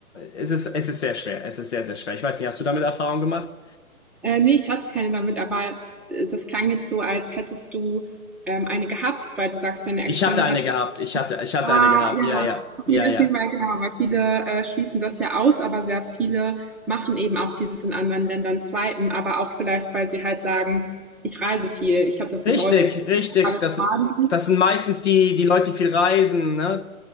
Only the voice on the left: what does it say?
es ist es ist sehr schwer. Es ist sehr, sehr schwer. Ich weiß nicht, hast du damit Erfahrung gemacht?
Ich
hatte eine
gehabt. Ich hatte, ich hatte
eine gehabt.
Ja, ja,
ja,
ja.
Richtig,
richtig. Das,
das sind meistens die, die Leute, die viel reisen, ne?